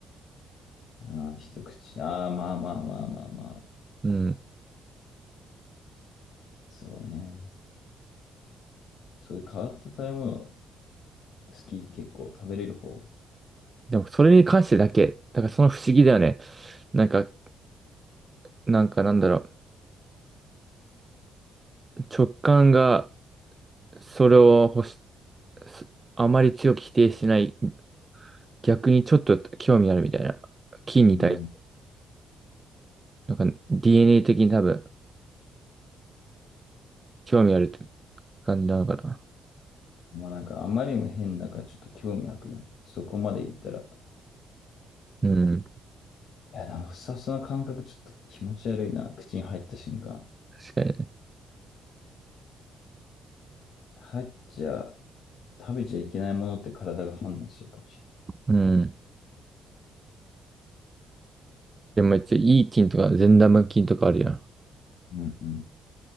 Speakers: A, on the left; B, on the right.
A: ああ、一口。ああ、まあまあまあまあまあ。
B: うん。
A: そうね。そういう変わった食べ物、好き、結構食べれる方。
B: でも、それに関してだけ。だから、その不思議だよね。なんか、なんか、なんだろう。直感が、それを欲し、すあまり強く否定しない。逆にちょっと興味あるみたいな。菌に対、
A: うん。
B: なんか、DNA 的に多分、興味あるって感じなのかな。
A: まあなんか、あまりにも変だからちょっと興味湧くよね。そこまで行ったら。
B: うん。
A: いや、あの、ふさふさな感覚ちょっと気持ち悪いな。口に入った瞬間。
B: 確かにね。
A: 入っちゃ、食べちゃいけないものって体が反応するかもし
B: うん。でも、一応、いい菌とか、善玉菌とかあるや
A: れない。うんうん。